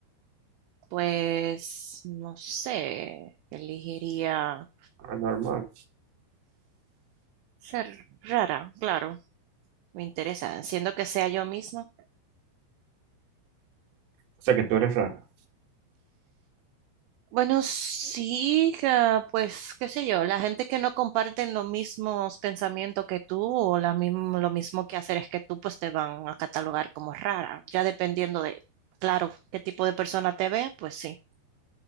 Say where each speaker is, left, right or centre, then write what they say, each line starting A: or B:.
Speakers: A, on the right; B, on the right.
A: pues no sé, elegiría
B: Anormal.
A: ser rara, claro. Me interesa, siendo que sea yo misma.
B: O sea que tú eres rara.
A: Bueno, sí, ca- pues qué sé yo, la gente que no comparten los mismos pensamientos que tú o la mismo, lo mismo que hacer es que tú, pues te van a catalogar como rara, ya dependiendo de, claro, qué tipo de persona te vea, pues sí.